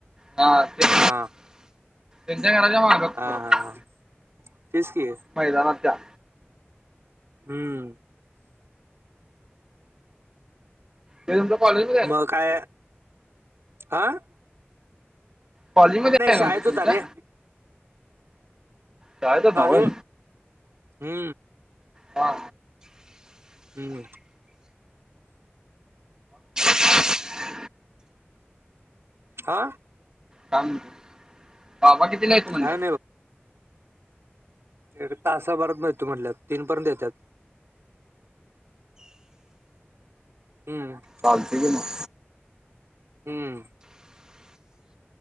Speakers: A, on the right; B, on the right.
A: हा ते
B: हा
A: <inaudible> <inaudible>
B: हा
A: बरोबर
B: हा तीच की.
A: मैदानात जा
B: हम्म
A: ते आमच्या कॉलेजमध्ये <inaudible>
B: मग काय अ-
A: कॉलिंग मध्ये फॅन
B: शाळेत
A: हाय वाटतं
B: होता
A: तुमचा.
B: रे
A: शाळेतच ना
B: हा
A: होय
B: ह हु
A: वा
B: हु
A: <inaudible>
B: हा
A: थांब बाबा कितीला येतो म्हटल्यात?
B: काय एका तासाभरातनं येतो म्हनल्यात तीन पर्यंत येतो. हम्म
A: पार्टी दिला.
B: हम